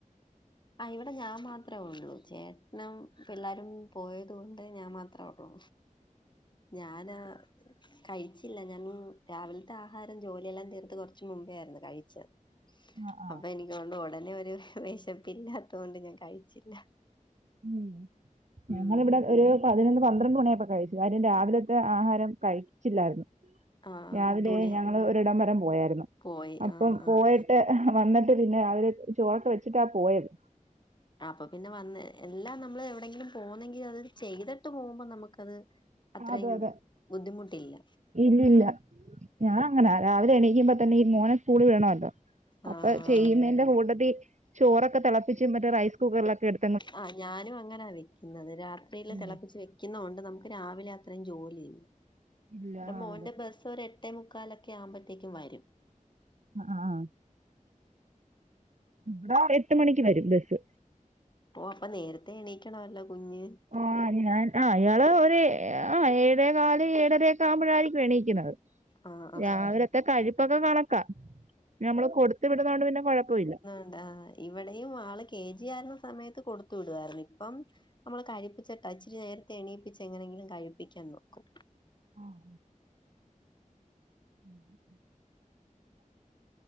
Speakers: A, on the left; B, on the right.
A: അ ഇവിടെ ഞാമാത്രേ ഒള്ളൂ. ചേട്ട്നും പിള്ളാരും പോയത്കൊണ്ട് ഞാൻ മാത്രേ ഒള്ളൂ. ഞാനാ കഴിച്ചില്ല ഞാൻ രാവിൽത്തെ ആഹാരം ജോലിയെല്ലാം തീർത്ത് കൊർച്ച് മുമ്പേയിരുന്നു കഴിച്ചത്.
B: ആഹ് അ
A: അപ്പഎനിക്കോണ്ട് ഒടനെ ഒരു വെശപ്പില്ലാത്തോണ്ട് ഞാൻ കഴിച്ചില്ല..
B: ഉം
A: ഉം
B: ഞങ്ങളിവിടെ ഒരു പതിനൊന്ന് പന്ത്രണ്ട് മണിയായ്പ്പകഴിച്ചു. കാര്യം രാവിലത്തെ ആഹാരം കഴിച്ചില്ലായിരുന്നു.
A: ആഹ്
B: രാവിലെ
A: തുണി
B: ഞങ്ങള് ഒരിടംവരം പോയാര്ന്നു
A: പോയി
B: അപ്പം
A: ആഹ് ആഹ്
B: പോയ ട്ട് വന്നിട്ട് പിന്നെ അവര് ചോറൊക്കെവെച്ചിട്ടാ പോയത്..
A: അപ്പപിനെ വന്ന് എല്ലാം ന്നമ്മള് എവിടെങ്കിലും പോന്നെങ്കി അത് ചെയ്തിട്ട് പോവുമ്പോ ന്നമുക്കത് അത്രയും
B: അതെ അതെ
A: ബുദ്ധിമുട്ടിയില്ല
B: ഇല്ലില്ല ഞാനങ്ങനാ രാവിലെ എണീക്കുമ്പോ തന്നെ ഈ മോനെ സ്കൂളി വേണമല്ലോ അപ്പ
A: ആഹ്
B: ചെയ്യുന്നെന്റെ കൂട്ടത്തി ചോറൊക്കെ തളപ്പിച്ച് മറ്റേ റൈസ് കുക്കറിലൊക്കെ എടു
A: ആഹ് ഞാനും അങ്ങനാ വെക്കുന്നത് രാത്രിയില്
B: ഉം
A: തെളപ്പിച്ച് വെ ക്ക്ന്നോണ്ട് ന്നമക്ക് രാവിലെ അത്രേം ജോലിഇല്ല
B: ഇല്ല
A: ഇവടെ
B: ആ
A: മോന്റെ
B: അതെ
A: ബെസ് ഒരെട്ടേ മുക്കാലൊക്കെ ആവുമ്പത്തേക്കും വരും.
B: ആഹ് ഇവ്ടെ എട്ട്മണിക്ക് വരും ബെസ്സ്
A: ഓ അപ്പ നേരത്തെ എണീക്കണവല്ലോ കുഞ്ഞ്.
B: മോൻ ഞാൻ അയാള് ഒര് ആ ഏഴേ കാല് ഏഴരൊക്കെ ആവുമ്പഴായിരിക്കും എണീ <unintelligible>
A: ആഹ് ആഹ്
B: രാവിലത്തെ കഴിപ്പൊക്കെ കണക്കാ നമ്മള് കൊടുത്തുവിടുന്നെ കൊണ്ട് പിന്നെ കുഴപ്പവില്ല
A: ന്താ ഇവിടെയും ആള് കെ ജി ആയിരുന്ന സമയത്ത് കൊടുത്തു വിടായിരുന്നു ഇപ്പം നമ്മള് കഴിപ്പിച്ചാട്ട ച്ചിരി നേരത്തെ എണീപ്പിച്ച് എങ്ങനെങ്കിലും കഴിപ്പിക്കാൻ നോക്കു
B: ആഹ് <unintelligible>